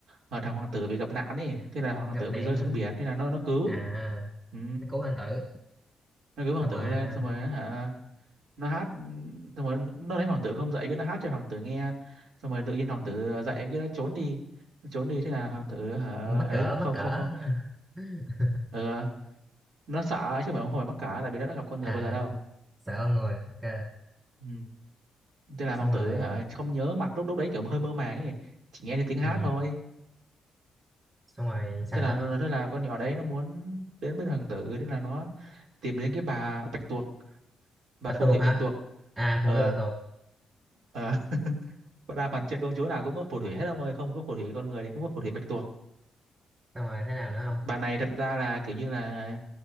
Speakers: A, on the right; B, on the right.
A: ờ, thằng hoàng tử bị gặp nạn ấy thế là hoàng
B: gặp
A: tử
B: nạn
A: bị rơi
B: hả
A: xuống biển thế là nó nó cứu
B: à
A: ừ.
B: nó cứu hoàng tử
A: nó cứu
B: xong
A: hoàng tử
B: rồi
A: lên
B: sao
A: xong rồi á hả nó hát xong rồi nó thấy hoàng tử không dậy cái nó hát cho hoàng tử nghe xong rồi tự nhiên hoàng tử dậy cái nó trốn đi nó trốn đi thế là hoàng tử hả
B: mắc
A: ấy
B: cỡ
A: không
B: mắc cỡ
A: không không
B: <laughs>
A: Ờ, nó sợ chứ không phải không phải mắc cỡ tại vì nó đã gặp con người
B: à
A: bao giờ đâu
B: sợ con người ok
A: ừ. thế là
B: xong
A: hoàng tử
B: rồi
A: hả không nhớ mặt lúc lúc đấy kiểu hơi mơ màng ấy chỉ nghe thấy tiếng hát
B: ừ.
A: thôi
B: xong rồi sao
A: thế là
B: nữa
A: thế là con nhỏ đấy nó muốn đến bên hoàng tử thế là nó tìm đến cái bà bạch tuộc bà
B: bắt
A: phù
B: tuộc
A: thủy
B: hả
A: bạch tuộc
B: à
A: ờ
B: phụ nữ bắt tuộc
A: ờ <laughs> Và đa phần chuyện công chúa nào cũng có phù thủy hết ông ơi không có phù thủy con người thì cũng có phù thủy bạch tuộc
B: xong rồi thế nào nữa không
A: bà này thật ra là kiểu như là